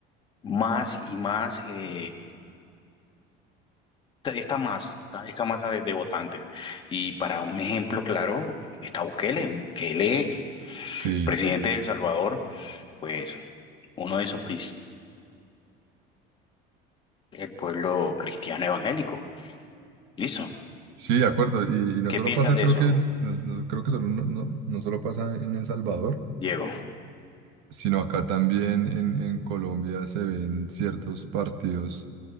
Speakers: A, on the left; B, on the right.
A: más y más, eh, esta masa, esta masa de, de votantes. Y para un ejemplo claro, está Bukele, Bukele,
B: Sí,
A: presidente de El Salvador, pues uno de sus principios, el pueblo cristiano evangélico. Listo.
B: sí, de acuerdo. Y, y no
A: ¿Qué
B: solo
A: piensas
B: pasa,
A: de
B: creo
A: eso,
B: que, no, no- creo que solo, no, no- no solo pasa en El Salvador,
A: Diego?
B: sino acá también en, en Colombia se ven ciertos partidos